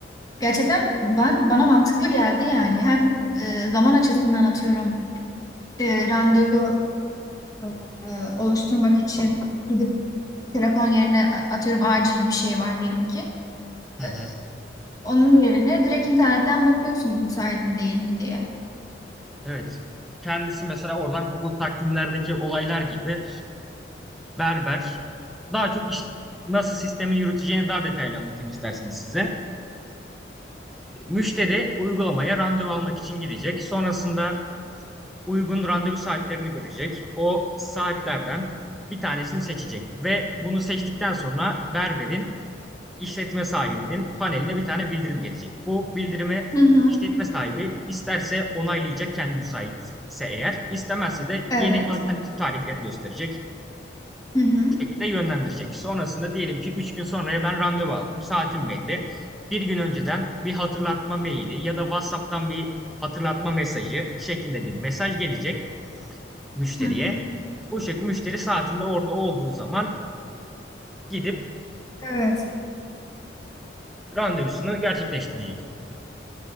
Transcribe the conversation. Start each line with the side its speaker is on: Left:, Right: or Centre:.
Left: Gerçekten ben bana mantıklı geldi yani. Hem e, zaman açısından atıyorum e, randevu e, oluşturmak için gidip telefon yerine a- atıyorum acil bir şey var diyelim ki.
Centre: Hı hı.
Left: E, onun yerine direkt internetten bakıyorsunuz müsait mi değil mi diye.
Centre: Evet. Kendisi mesela oradan Google takvimlerdeki olaylar gibi berber daha çok iş, nasıl sistemi yürüteceğini daha detaylı anlatayım isterseniz size. Müşteri uygulamaya randevu almak için girecek. Sonrasında uygun randevu saatlerini görecek. O saatlerden bir tanesini seçecek ve bunu seçtikten sonra berberin işletme sahibinin paneline bir tane bildirim gelecek. Bu bildirimi
Left: Hı hı.
Centre: işletme sahibi isterse onaylayacak kendi müsaitse eğer, istemezse de
Left: Evet.
Centre: yeni alternatif tarihleri gösterecek
Left: Hı hı.
Centre: bu şekilde yönlendirecek. Sonrasında diyelim ki 3 gün sonraya ben randevu aldım, saatim belli. Bir gün önceden bir hatırlatma maili ya da WhatsApp'tan bir hatırlatma mesajı şeklinde bir mesaj gelecek müşteriye.
Left: Hı hı.
Centre: Bu şekilde müşteri saatinde orada olduğu zaman gidip
Left: Evet.
Centre: randevusunu gerçekleştirecek.